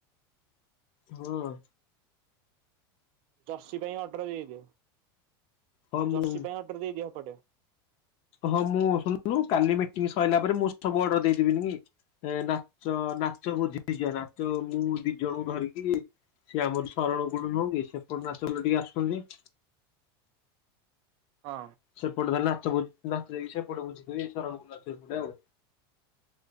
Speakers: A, on the left; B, on the right.
A: ହଉ ଆଉ।
B: ଜର୍ସି ପାଇଁ ଅର୍ଡର ଦେଇଦେ
A: ହଁ ମୁଁ
B: ଜର୍ସି ପାଇଁ ଅର୍ଡର ଦେଇଦିଅ ହେପଟେ।
A: ହଁ ମୁଁ ଶୁଣିଲୁ କାଲି ମିଟିଂ ସରିଲା ପରେ ମୁଁ ସବୁ ଅର୍ଡର ଦେଇଦେବିନି କି? ଏ ନାଚ ନାଚ ବୁଝିଥିବା ନାଚ ମୁଁ ଦି ଜଣଙ୍କୁ ଧରିକି ସିଏ ଆମରି ସରଣ କୂଳୁରୁ ନୁହଁ କି ସେପଟରୁ ଆସୁଚନ୍ତି ଯେତିକି ଆସୁଛନ୍ତି।
B: ହଁ।
A: ସେପଟେ ତାହାଲେ ନାଚ ହୋଉଚି ନାଚ ଯଇକି ସେପଟ ହୋଉଚି ନୁହେଁ କି ଶରଣପୂର୍ ନାଚ ସେପଟେ ଆଉ।